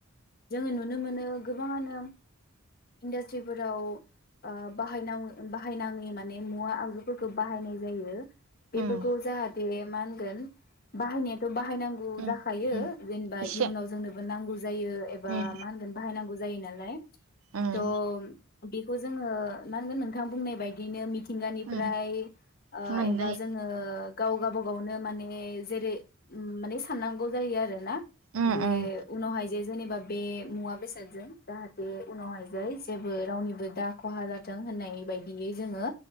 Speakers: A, on the left; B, on the right.
A: जोङो नुनो मोनो गोबाङानो इन्डास्ट्रिफोराव ओ बाहायना बाहायनाङि माने मुवा आगजुफोरखौ बाहायनाय जायो। बेफोरखौ
B: उम
A: जाहाथे मा होनगोन बाहायनायाथ बाह बाहायनांगौ
B: उम
A: जाखायो
B: उम
A: जेनेबा
B: इसे
A: इयुनाव जोंनोबो नांगौ जायो एबा
B: उम
A: मा होनगोन बाहायनांगौ जायो नालाय।
B: उम
A: त बेखौ जोङो मा होनगोन नोंथां बुंनाय बायदिनो मिथि थिंगानिफ्राय
B: उम
A: ओ
B: मोननाय
A: एबा जोङो गाव गाबागावनो माने जेरै उम माने साननांगौ जायो आरो ना?
B: उम
A: जे
B: उम
A: उनावहाय जे जेनिबा बे मुवा बेसादजों जाहाथे उनावहाय जे जेबो रावनिबो दा खहा जाथों होननाय बायदियै जोङो